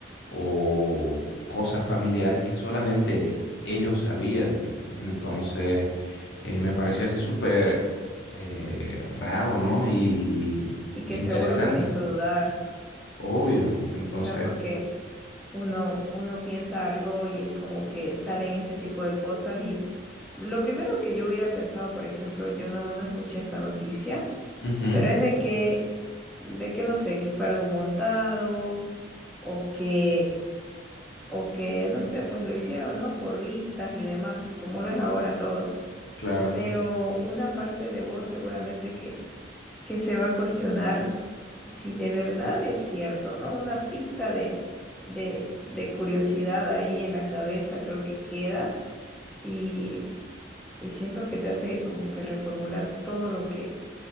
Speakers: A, on the left (about 65°); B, in the centre.
A: o cosas familiares que solamente ellos sabían, digamos. Entonces, eh, me pareció así súper eh, raro, ¿no? Y,
B: y que
A: e interesante.
B: seguro que te hizo dudar.
A: Obvio. Entonces,
B: O sea, porque uno, uno piensa algo y es como que salen este tipo de cosas y lo primero que yo hubiera pensado, por ejemplo, yo no, no escuché esta noticia,
A: Ujú.
B: pero es de que, de que no sé, que fue algo montado o que, o que, no sé, pues lo hicieron, ¿no? Por vistas y demás, como lo es ahora todo.
A: claro.
B: Pero una parte de vos seguramente que, que se va a cuestionar si de verdad es cierto, ¿no? Una pizca de, de, de curiosidad ahí en la cabeza creo que queda y, y siento que te hace como que reformular todo lo que,